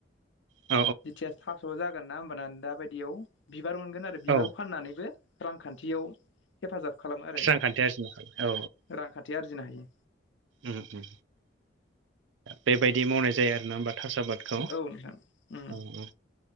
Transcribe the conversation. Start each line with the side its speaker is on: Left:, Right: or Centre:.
Right: औ
Left: दिथिया था स' जागोन ना होमबानान दा बायदियाव बिबार मोनगोन आरो बिबार
Right: औ
Left: फाननानैबो रांखान्थियाव हेफाजाब खालामो आरो <unintelligible>
Right: रांखान्थि आरजिनो हायो औ
Left: रांखान्थि आरजिनो हायो।
Right: उम- उम बेबायदि मावनाय जायो आरोना होमबा थास' आबाद खौ
Left: औ नोंथां उम
Right: औ-औ।